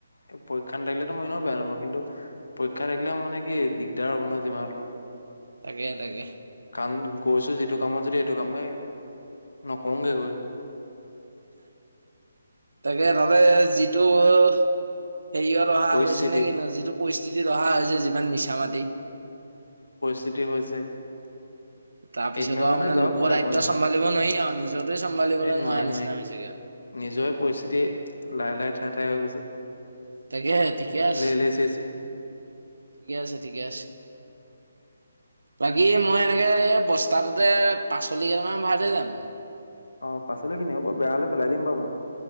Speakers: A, on the left; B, on the right.
A: এই পৰীক্ষা ন থাকিলেতো মই এনেও বেয়া নহাপ কিন্তু পৰীক্ষা থাকিলে মই মানে কি দিগদাৰ হ'ব নহয় যিমান হলেও।
B: তাকে তাকে।
A: কণ গৈছো যিটো কামত যদি সেইটো কামেই নকৰোগে গৈ।
B: তাকে তাতে যিটো সেৰিয় অহা
A: পৰিস্থিতি
B: হৈছে নে কিন্তু যিটো পৰিস্থিতি ৰহা হৈছে যিমান মিছা মাটি।
A: চিতিফ হৈছে।
B: তাৰ পিছত
A: এদিনৰ
B: আৰু
A: কাৰণে
B: মানে
A: যাওক
B: লোকৰ
A: বাৰু
B: দায়িত্ব
A: একো নাই
B: চম্ভালিব নোৱাৰি আৰু। নিজতে চম্ভালিবলৈ
A: এই নোৱি
B: নোৱাৰা নিচিনা
A: নোৱাৰি
B: হৈছেগে আৰু।
A: নিজৰে পৰিস্থিতি লাই-লাই ঠাই-ঠাই হৈ গৈছে।
B: তাকে ঠিকে আছে,
A: লেই লেই চেই চেই
B: ঠিকে আছে, ঠিকে আছে। বাকী মই এনেকে এই বস্তাটোতে। পাচল্ল কৈইডালমান ভাৰাই থয় যাম।
A: অ পাচলি কিনি হ'ব বেয়া হ'লে পেলাই দিম বাৰু মই।